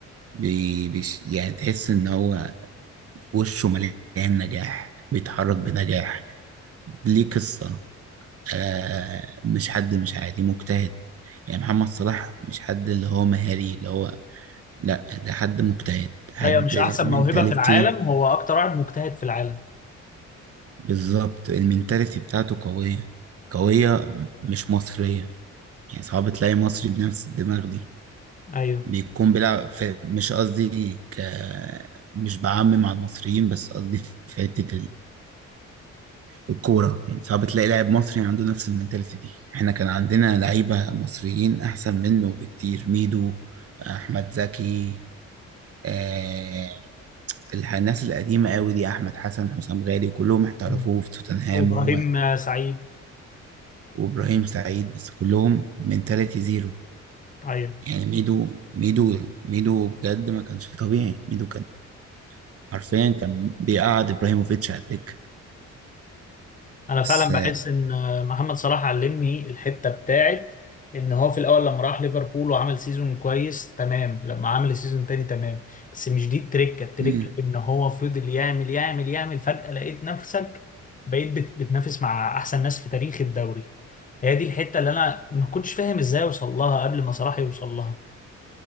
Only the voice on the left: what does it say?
ايوه مش احسن
موهبة في العالم هو اكتر واحد مجتهد في العالم
ايوه
مم.
وابراهيم
سعيد
ايوه
انا
فعلا بحس ان محمد صلاح علمني الحته بتاعت ان هو في الاول لما راح ليفربول وعمل سيزون كويس تمام لما عمل سيزون تاني تمام بس مش دي التركه التركه
في ان هو فضل يعمل يعمل يعمل فجاه لقيت نفسك بقيت بت- بتنافس مع احسن ناس في تاريخ الدوري هي دي الحته اللي انا ما كنتش فاهم ازاي اوصل لها قبل ما صلاح يوصل لها